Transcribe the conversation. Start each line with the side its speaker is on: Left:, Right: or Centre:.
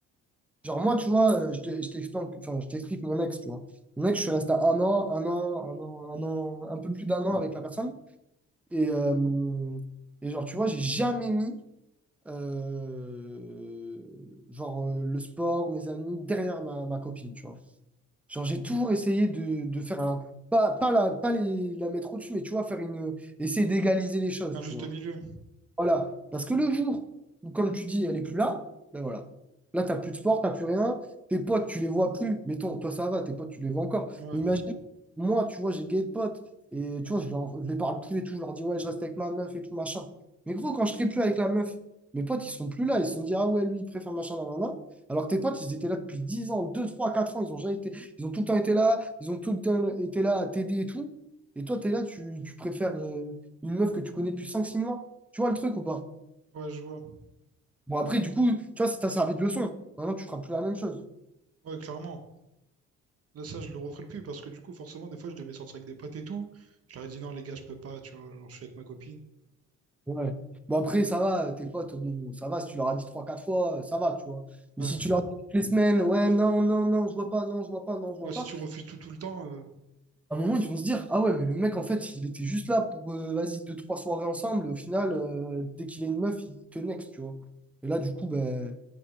Centre: Genre, moi, tu vois, euh, je te- je t'explique, enfin, je t'explique mon ex, tu vois. Mon ex, je suis resté à un an, un an, un an, un an, un peu plus d'un an avec la personne. Et, euh, et genre, tu vois, j'ai jamais mis, euh, genre, euh, le sport, mes amis, derrière ma, ma copine, tu vois. Genre, j'ai toujours essayé de, de faire un, pas, pas, la, pas les, la mettre au-dessus, mais tu vois, faire une, essayer d'égaliser les choses,
Right: Un
Centre: tu
Right: juste
Centre: vois.
Right: milieu.
Centre: Voilà. Parce que le jour où, comme tu dis, elle n'est plus là, ben voilà. Là, tu n'as plus de sport, tu n'as plus rien. Tes potes, tu les vois plus. Mettons, toi, ça va, tes potes, tu les vois encore.
Right: Ouais,
Centre: Mais imagine, moi, tu vois, j'ai gay de potes. Et tu vois, je, leur- je les parle plus et tout. Je leur dis, ouais, je reste avec ma meuf et tout, machin. Mais gros, quand je serai plus avec la meuf, mes potes, ils sont plus là. Ils se sont dit, ah ouais, lui, il préfère machin dans la main. Alors que tes potes, ils étaient là depuis 10 ans, 2 3 4 ans. Ils ont jamais été, ils ont tout le temps été là. Ils ont tout le temps été là à t'aider et tout. Et toi, tu es là, tu, tu préfères euh, une meuf que tu connais depuis cinq six mois. Tu vois le truc ou pas?
Right: ouais, je vois.
Centre: Bon, après, du coup, tu vois, ça t'a servi de leçon. Maintenant, tu feras plus la même chose.
Right: Ouais, clairement. Là, ça, je le referai plus parce que du coup, forcément, des fois, je devais sortir avec des potes et tout. Je leur ai dit non, les gars, je peux pas, tu vois, genre, je suis avec ma copine.
Centre: Ouais. Bon, après, ça va, tes potes, bon, ça va, si tu leur as dit trois quatre fois, ça va, tu vois. Mais
Right: Ouais.
Centre: si tu leur dis toutes les semaines, ouais, non, non, non, je vois pas, non, je vois pas, non, je vois
Right: Ouais, si
Centre: pas,
Right: tu refuses tout tout le temps, euh,
Centre: à un moment, ils vont se dire, ah ouais, mais le mec, en fait, il était juste là pour, euh, vas-y, deux, trois soirées ensemble, au final, euh, dès qu'il a une meuf, il te next, tu vois. Et là, du coup, ben,